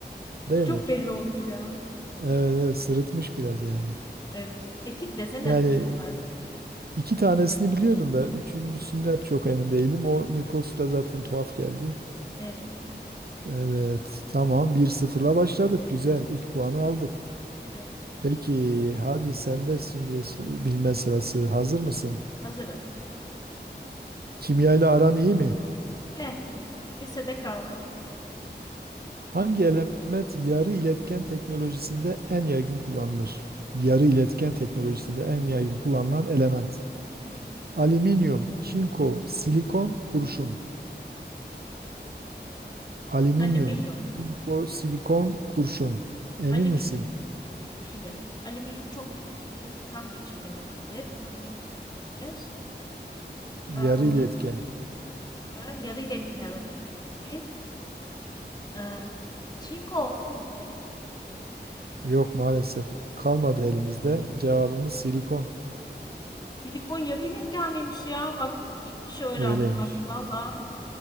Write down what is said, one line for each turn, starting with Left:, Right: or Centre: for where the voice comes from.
Left: Bu
Right: Değil
Left: çok
Right: mi?
Left: belli olmuş ya.
Right: Evet, evet sırıtmış biraz yani.
Left: Evet. Etik desene
Right: Yani
Left: sadece.
Right: iki tanesini biliyordum da üçüncüsünden çok emin değilim. O Nikos da zaten tuhaf geldi.
Left: Evet,
Right: Evet tamam bir sıfırla başladık. Güzel ilk puanı aldık.
Left: evet.
Right: Peki hadi sen de şimdi s- bilme sırası hazır mısın?
Left: Hazırım.
Right: Kimya ile aran iyi mi?
Left: Eh, lisede kaldı.
Right: Hangi element yarı iletken teknolojisinde en yaygın kullanılır?
Left: Hı,
Right: Yarı iletken teknolojisinde en yaygın kullanılan element.
Left: hı.
Right: Alüminyum, çinko, silikon, kurşun. Alüminyum,
Left: Alüminyum,
Right: Silko, silikon, kurşun. Emin
Left: alüminyum.
Right: misin?
Left: Değilim. Alüminyum çok ke- ke- tam geçirgen olabilir, tam iletken olabilir.
Right: Yarı
Left: Ee,
Right: iletken.
Left: ha, yarı iletkenler arıyoruz ama biz. Ee, çinko olsun mu?
Right: Yok maalesef. Kalmadı elimizde. Cevabımız silikon.
Left: Silikon yarı iletken miymiş ya? Bak yeni bir şey öğrendim
Right: Öyleymiş.
Left: bak. Valla